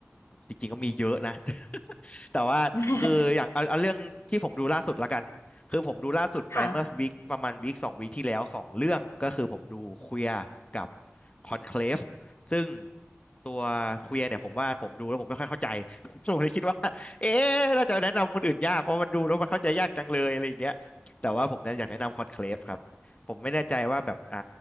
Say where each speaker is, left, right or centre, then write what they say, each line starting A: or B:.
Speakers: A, on the left; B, on the left.
A: จริงๆก็มีเยอะนะ <laughs> แต่ว่าคืออย่างเอาเอาเรื่องที่ผมดูล่าสุดละกัน
B: <laughs>
A: คือผมดูล่าสุดไปเมื่อวีคประมาณวีคสองวีคที่แล้วสองเรื่อง
B: ค่ะ
A: ก็คือผมดูเควียร์กับคอนเคลฟซึ่งตัวเควียร์เนี่ยผมว่าผมดูแล้วผมไม่ค่อยเข้าใจ <laughs> ผมเลยคิดว่าเอ๊ะน่าจะแนะนำคนอื่นยากเพราะมันดูแล้วมันเข้าใจยากจังเลยอะไรอย่างเงี้ยแต่ว่าผมเนี่ยอยากแนะนำคอนเคลฟครับ ผมไม่แน่ใจว่าแบบอ่า